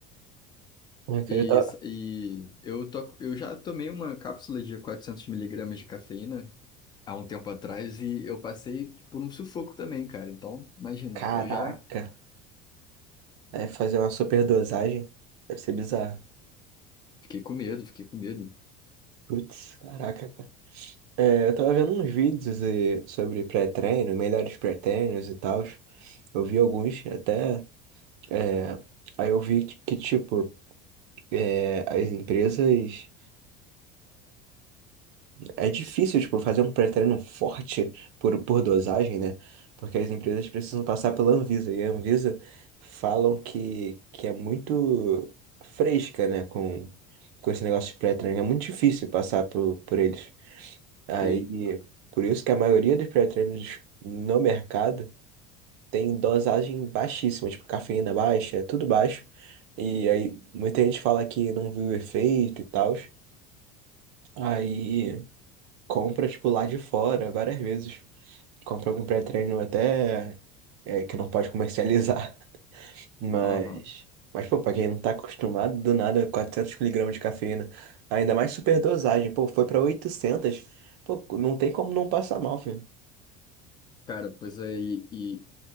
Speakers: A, on the right; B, on the left.
A: Eu queria
B: E,
A: tá-
B: e eu, to, eu já tomei uma cápsula de quatrocentos miligramas de cafeína há um tempo atrás e eu passei por um sufoco também, cara. Então, imagina,
A: Caraca.
B: eu já
A: É fazer uma superdosagem. Deve ser bizarro.
B: fiquei com medo, fiquei com medo.
A: Putz, caraca, cara. É, eu tava vendo uns vídeos e- sobre pré-treino, melhores pré-treinos e tal. Eu vi alguns até. é, aí eu vi que, que, tipo, é, as empresas. É difícil, tipo, fazer um pré-treino forte por, por dosagem, né? Porque as empresas precisam passar pela Anvisa. E a Anvisa falam que, que é muito fresca, né? Com, com esse negócio de pré-treino. É muito difícil passar por, por eles. Aí,
B: Sei.
A: por isso que a maioria dos pré-treinos no mercado tem dosagem baixíssima, tipo, cafeína baixa, é tudo baixo. E aí, muita gente fala que não viu efeito e tal. Aí compra, tipo, lá de fora, várias vezes. Compra algum pré-treino até é, que não pode comercializar. <laughs> Mas,
B: Aham.
A: mas, pô, pra quem não tá acostumado, do nada, 400 miligramas de cafeína. Ainda mais superdosagem, pô, foi pra oitocentos Pô, não tem como não passar mal, filho.
B: Cara, pois aí, e,